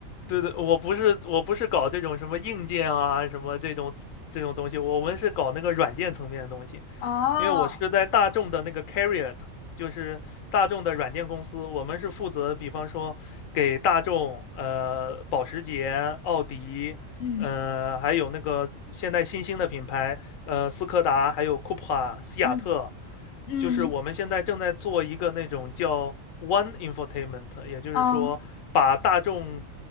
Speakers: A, on the left (about 80°); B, on the left (about 65°).
A: 对对，我不是我不是搞这种什么硬件啊，什么这种这种东西，我们是搞那个软件层面的东西。
B: 哦，
A: 因为我是在大众的那个 Carrier，就是大众的软件公司，我们是负责，比方说给大众、呃保时捷、奥迪，
B: 嗯
A: 呃还有那个现在新兴的品牌，呃斯柯达，还有 Cupra、西雅特，
B: 嗯嗯，
A: 就是我们现在正在做一个那种叫 One Infotainment，也就是说把大众
B: 哦